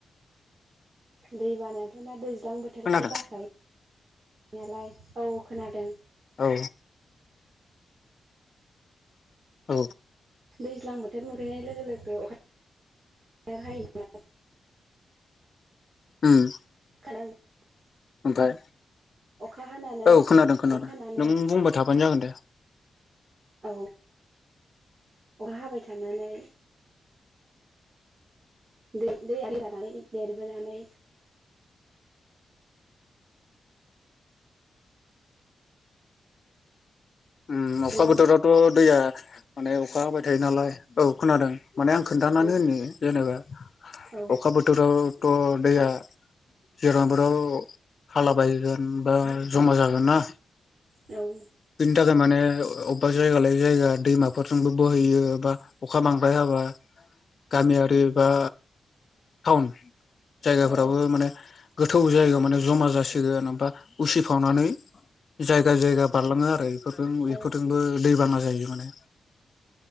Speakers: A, on the right; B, on the left.
A: दै बानायाथ' दा दैज्लां बोथोरावाथ'
B: खोनादों
A: जाखायो। नायालाय औ खोनादों।
B: औ। औ।
A: दैज्लां बोथोर मोनफैनाय लोगो लोगो अखा हायो ना।
B: ओम।
A: <inaudible>
B: ओमफ्राय
A: अखा हानानै
B: औ खोनादों खोनादों
A: अखा हानानै
B: नों बुंबा थाबानो जागोन दे।
A: औ अखा हाबाय थानानै दै दै <unintelligible> देरबोनानै
B: ओम अखा
A: हेलौ
B: बोथोरावथ' दैया माने अखा हाबाय थायो नालाय औ खोनादों माने आं खोन्थानो मानो
A: औ
B: होनो जेनेबा
A: औ
B: अखा बोथोरावथ' दैया जिरांफोराव हाला बायगोन बा जमा जागोन ना।
A: औ।
B: बेनि थाखाय माने अबेबा जायगा लायै जायगा दैमाफोरजोंबो बोहैयो बा अखा बांद्राय हाबा गामियारि बा टाउन जायगाफोराबो
A: औ
B: माने गोथौ जायगायाव माने जमा जासिगोन होनाबा उसिफावनानै जायगा जायगा बारलाङो आरो बेफोरजों
A: औ
B: बेफोरजोंबो दैबाना जायो माने